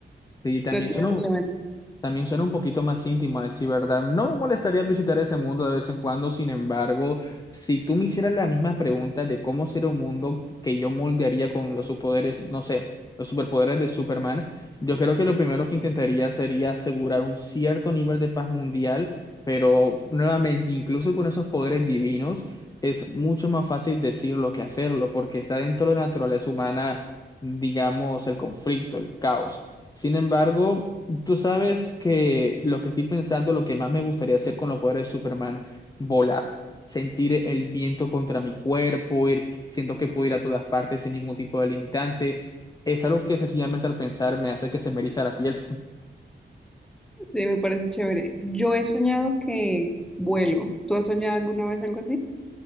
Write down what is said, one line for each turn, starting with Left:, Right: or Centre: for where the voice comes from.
Left: Y también
Centre: No tiene
Left: suena
Centre: relevancia.
Left: También suena un poquito más íntimo, a decir verdad. No me molestaría visitar ese mundo de vez en cuando, sin embargo, si tú me hicieras la misma pregunta de cómo sería un mundo que yo moldearía con los superpoderes, no sé, los superpoderes de Superman, yo creo que lo primero que intentaría sería asegurar un cierto nivel de paz mundial, pero nuevamente, incluso con esos poderes divinos, es mucho más fácil decirlo que hacerlo, porque está dentro de la naturaleza humana, digamos, el conflicto, el caos. Sin embargo, Tú sabes que lo que estoy pensando, lo que más me gustaría hacer con los poderes de Superman, volar, sentir el viento contra mi cuerpo, ir, siento que puedo ir a todas partes sin ningún tipo de limitante, es algo que sencillamente al pensar me hace que se me eriza la piel.
Centre: Sí, me parece chévere. Yo he soñado que vuelo. ¿Tú has soñado alguna vez algo así?